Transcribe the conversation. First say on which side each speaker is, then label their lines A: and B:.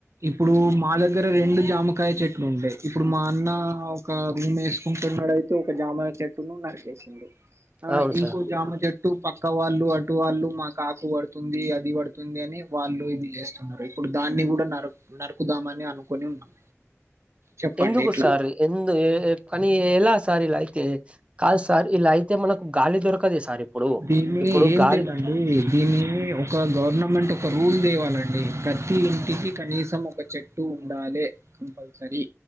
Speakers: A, on the right; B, on the right.
A: ఇప్పుడు మా దగ్గర దగ్గర రెండు జామకాయ చెట్లు ఉండాయి ఇప్పుడు మా అన్న ఒక రూమ్ వేసుకుంటున్నాడయితే ఒక జామ చెట్టు చెట్టును నరకేసిండు ఆ
B: అవును
A: ఇంకో
B: సార్
A: జామ చేట్టు అటు పక్క వాళ్ళు అటు వాళ్ళు మాకు ఆకు పడుతుంది అది పడుతుంది అని వాళ్ళు ఇది చేస్తున్నారు మరి ఇప్పుడు దాన్ని కూడా నరు నరుకుదామని అనుకుని ఉన్నాం చెప్పండి
B: ఎందుకు
A: ఇట్లా
B: సార్ ఎందు ఏ పని ఎలా సార్ ఇలా అయితే కాదు సార్ ఇలా అయితే మనకు గాలి దొరకదు ఇగ సార్ ఇప్పుడు
A: దీన్ని
B: ఇప్పుడు
A: ఏం
B: గాలి
A: లేదండి దీన్ని ఒక గవర్నమెంట్ ఒక రూల్ తేవాలండి అ ప్రతి ఇంటికి కనీసం ఒక చెట్టు ఉండాలె కంపల్సరీ